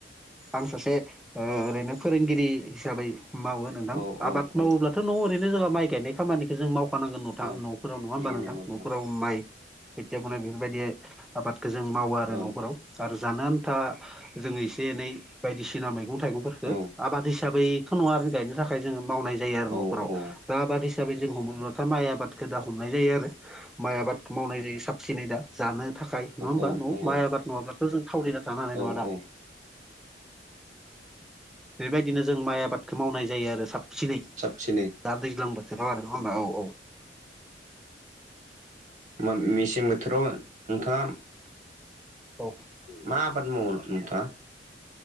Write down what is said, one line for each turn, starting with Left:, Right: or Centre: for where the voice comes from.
Centre: आं सासे ओ ओरैनो फोरोंगिरि हिसाबै मावो नोंथां
Right: औ औ
Centre: आबाद
Right: औ
Centre: मावोब्ला दाथ' ओरैनो जोङो माइ गायनाय खामानिखौ जों मावखानांगोन नोंथां
Right: औ
Centre: न'फोराव नङा
Right: नंगौ
Centre: होमबा नोंथां
Right: नंगौ नंगौ
Centre: न'फोराव माइ खोथियाखौनो बेफोरबायदि आबादखौ जों मावो आरो
Right: औ
Centre: न'फोराव आरो जानो आन्था जोङो एसे एनै बायदिसिना मैगं थाइगंफोरखो
Right: औ
Centre: आबाद हिसाबै थ' नङा आरो गायनो थाखाय जोङो मावनाय जायो आरो
Right: औ
Centre: न'फोराव
Right: औ
Centre: दा आबाद हिसाबै जों हमोबाथा माइ आबाद खो दा हमनाय जायो आरो माइ आबादखौ मावनाय जायो साबसिनै दा जानो थाखाय नङा होमबा
Right: औ
Centre: न'आव
Right: नंगौ
Centre: माइ आबाद नङाब्लाथ' जों थावरिना थानो हानाय
Right: औ
Centre: नङा दा
Right: औ
Centre: बेबायदिनो जों माइ आबादखौ मावनाय जायो आरो साब सिनै
Right: साबसिनै
Centre: दा दैज्लां बोथोराव आरो नङा होनबा औ औ
Right: ओमबा मेसें बोथोराव नोंथाङा
Centre: अ
Right: मा आबाद मावो नोंथाङा?